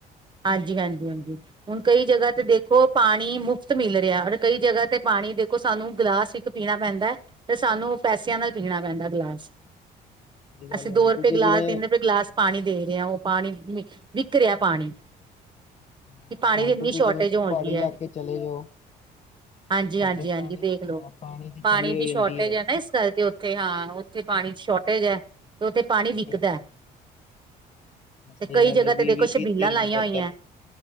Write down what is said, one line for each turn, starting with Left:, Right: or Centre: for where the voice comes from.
Right: ਹਾਂਜੀ-ਹਾਂਜੀ-ਹਾਂਜੀ। ਹੁਣ ਕਈ ਜਗ੍ਹਾ ਤੇ ਦੇਖੋ ਪਾਣੀ ਮੁਫ਼ਤ ਮਿਲ ਰਿਹਾ, ਅਰ ਕਈ ਜਗ੍ਹਾ ਤੇ ਪਾਣੀ ਦੇਖੋ ਸਾਨੂੰ ਗਿਲਾਸ ਪੀਣਾ ਪੈਂਦੈ, ਤੇ ਸਾਨੂੰ ਪੈਸਿਆਂ ਨਾਲ ਪੀਣਾ ਪੈਂਦਾ ਗਲਾਸ।
Left: ਸਹੀ ਗੱਲ
Right: ਅਸੀਂ
Left: ਹੈ।
Right: ਦੋ
Left: ਹੁਣ
Right: ਰੁਪਏ
Left: ਤੁਸੀਂ
Right: ਗ੍ਲਾਸ,
Left: ਜਿਵੇਂ
Right: ਤਿੰਨ ਰੁਪਏ ਗ੍ਲਾਸ ਪਾਣੀ ਦੇ ਰੇ ਆਂ, ਉਹ ਪਾਣੀ ਵਿਕ ਰਿਹਾ ਪਾਣੀ।
Left: ਹਾਂ
Right: ਕਿ, ਪਾਣੀ
Left: ਹੁਣ
Right: ਦੀ ਇੰਨੀ
Left: ਤੁਸੀਂ
Right: ਸ਼ੌਰਟੇਜ
Left: ਜਿਵੇਂ
Right: ਹੋ
Left: ਪਹਾੜੀ
Right: ਗਈ
Left: ਇਲਾਕੇ
Right: ਐ।
Left: ਚਲੇ ਜਾਓ
Right: ਹਾਂਜੀ-ਹਾਂਜੀ-ਹਾਂਜੀ
Left: ਉੱਧਰ ਪਾਣੀ
Right: ਦੇਖਲੋ,
Left: ਹਾਂ
Right: ਪਾਣੀ
Left: ਕਮੀ
Right: ਦੀ
Left: ਹੋ
Right: ਸ਼ੌਰਟੇਜ
Left: ਜਾਂਦੀ ਹੈ
Right: ਐ ਨਾ ਇਸ ਕਰਕੇ ਤੇ ਹਾਂ, ਉੱਥੇ ਪਾਣੀ ਦੀ ਸ਼ੌਰਟੇਜ ਐ, ਤੇ ਉੱਥੇ ਪਾਣੀ ਵਿਕਦਾ।
Left: ਫਿਰ ਹਾਂ, ਸਹੀ
Right: ਤੇ ਕਈ
Left: ਗੱਲ
Right: ਜਗ੍ਹਾ
Left: ਏ
Right: ਤੇ
Left: ਵੀਹ-ਵੀਹ,
Right: ਦੇਖੋ ਸ਼ਬੀਲਾਂ
Left: ਤੀਹ-ਤੀਹ ਰੁਪਏ
Right: ਲਾਈਆਂ
Left: ਬੋਤਲ।
Right: ਹੋਈ